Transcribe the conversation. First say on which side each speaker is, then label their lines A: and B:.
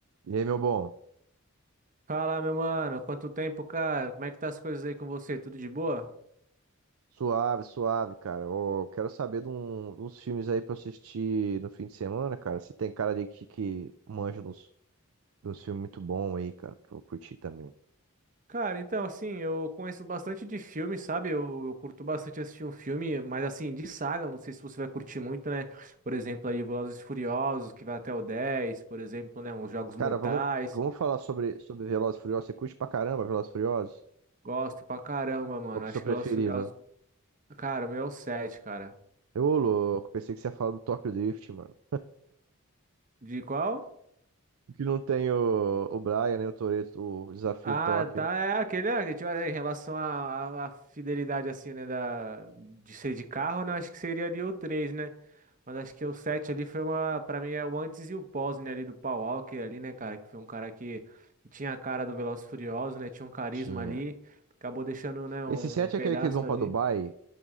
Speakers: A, on the right; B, on the right.
A: E aí, meu bom?
B: Fala, meu mano, quanto tempo, cara? Como é que tá as coisas aí com você? Tudo de boa?
A: Suave, suave, cara. Ô, quero saber de um- uns filmes aí pra eu assistir no fim de semana, cara. Você tem cara de que, que manja dos, dos filmes muito bom aí, cara, pra eu curtir também.
B: Cara, então, assim, eu conheço bastante de filme, sabe? Eu, eu curto bastante assistir um filme, mas assim, de saga, não sei se você vai curtir muito, né? Por exemplo, aí Velozes e Furiosos, que vai até o 10 por exemplo, né? Os Jogos Mortais.
A: Cara, vamos, vamos falar sobre, sobre Velozes e Furiosos. Você curte pra caramba Velozes e Furiosos?
B: Gosto pra caramba, mano.
A: Qual que
B: Acho
A: é o seu preferido?
B: que Velozes e Furiosos, cara, o meu é o 7, cara.
A: Eu, louco, pensei que você ia falar do Tokyo Drift, mano.
B: De qual?
A: O que não tem o, o Brian, né, o Toretto, o Desafio
B: Ah,
A: em Tóquio.
B: tá, é aquele, é, que, tipo, é, em relação à à- à fidelidade, assim, né, da, de ser de carro, né, eu acho que seria ali o 3, né, mas acho que o 7 ali foi uma, pra mim é o antes e o pós, né, ali do Paul Walker ali, né, cara, que foi um cara que, que tinha a cara do Velozes e Furiosos, né, tinha um carisma
A: Tinha.
B: ali, acabou deixando, né, um
A: Esse 7
B: pedaço
A: é aquele que eles vão
B: ali,
A: pra Dubai?